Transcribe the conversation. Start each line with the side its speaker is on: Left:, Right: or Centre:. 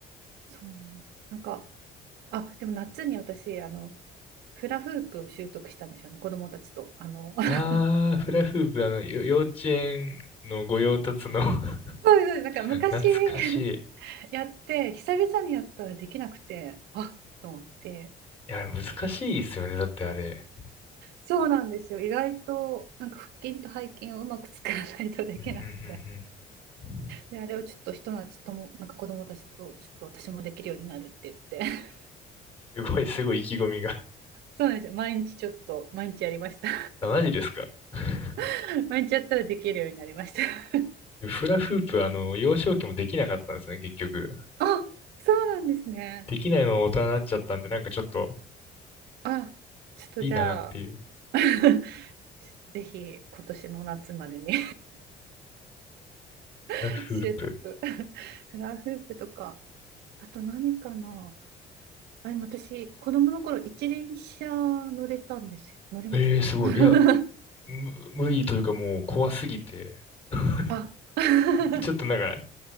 Right: そうなんですよ。なんか、あ、でも夏に私、あの、フラフープを習得したんですよね、子供たちと。あの、<laughs>
Left: あー、フラフープ、あの、よ幼稚園の御用達の <laughs>
Right: そうです、なんか昔
Left: 懐かし
Right: <laughs> やって、久々にやったらできなくて、あと思って、
Left: い。いや、難しいですよね。
Right: ちょっと、
Left: だってあれ。
Right: そうなんですよ。意外と、なんか腹筋と背筋をうまく使わないとできなくて。
Left: うんうんうんうん
Right: で、あれをちょっとひと夏とも、なんか子供たちと、ちょっと私もできるようになるって言って。<laughs>
Left: すごい、すごい意気込みが。
Right: そうなんですよ。毎日ちょっと、毎日やりました。
Left: あ、マジですか。<laughs>
Right: <laughs> 毎日やったらできるようになりました。<laughs>
Left: フラフープ、あの、幼少期もできなかったんですね、結局。
Right: あ、そうなんですね。
Left: できないまま大人になっちゃったんで、なんかちょっと、
Right: あ、ちょっとじゃあ、
Left: いいなっていう。
Right: <laughs> ぜひ今年の夏までに <laughs>
Left: フラフープ。
Right: 習得。<laughs> フラフープとか、あと何かな。あ、でも私、子供の頃一輪車乗れたんですよ。乗れました。
Left: ええー、すごい。
Right: <laughs>
Left: いや、む無理というかもう怖すぎて。<laughs>
Right: あ、<laughs>
Left: ちょっとなんか、